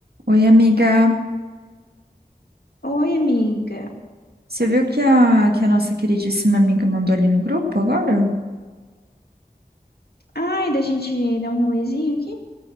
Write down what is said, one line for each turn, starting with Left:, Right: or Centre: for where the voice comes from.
Right: Oi, amiga.
Left: Oi, amiga.
Right: Você viu que a, que a nossa queridíssima amiga mandou ali no grupo agora?
Left: Ai, da gente dar um rolezinho aqui?